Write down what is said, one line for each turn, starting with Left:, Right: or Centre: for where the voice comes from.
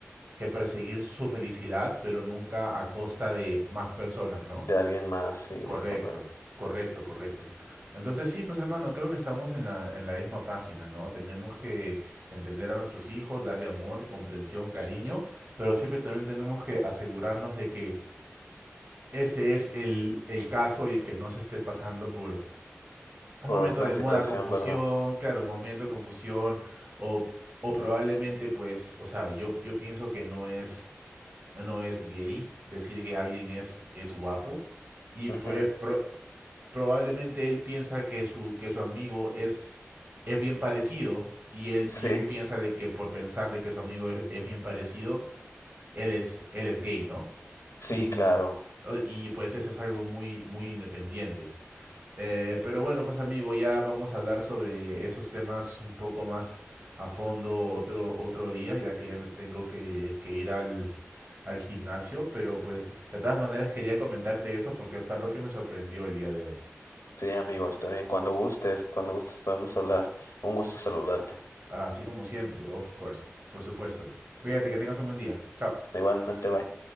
Right: que perseguir su felicidad, pero nunca a costa de más personas, ¿no?
Left: de alguien más, sí, es
Right: Correcto,
Left: correcto.
Right: correcto, correcto. Entonces sí, pues hermano, creo que estamos en la, en la misma página, ¿no? Tenemos que entender a nuestros hijos, darle amor, comprensión, cariño, pero siempre también tenemos que asegurarnos de que ese es el, el caso y que no se esté pasando por un
Left: Por
Right: momento
Left: otra
Right: de
Left: situación,
Right: moda, confusión,
Left: ¿verdad?
Right: claro, un momento de confusión o, o probablemente pues, o sea, yo, yo pienso que no es eh, no es gay, decir que alguien es, es guapo. Y
Left: Ujú.
Right: pues pro- probablemente él piensa que su, que su amigo es, es bien parecido y él, y
Left: Sí,
Right: él piensa de que por pensar de que su amigo es, es bien parecido, él es, él es gay, ¿no? Sin,
Left: sí, claro.
Right: o- y pues eso es algo muy, muy independiente. Eh, pero bueno, pues amigo, ya vamos a hablar sobre esos temas un poco más a fondo otro, otro día, ya que ya me tengo que, que ir al, al gimnasio, pero pues de todas maneras quería comentarte eso porque fue lo que me sorprendió el día de hoy.
Left: Sí, amigo, está bien. Cuando gustes, cuando gustes podemos hablar. Un gusto saludarte.
Right: Así como siempre, of course, por supuesto. Cuídate, que tengas un buen día. Chao.
Left: Igualmente, bye.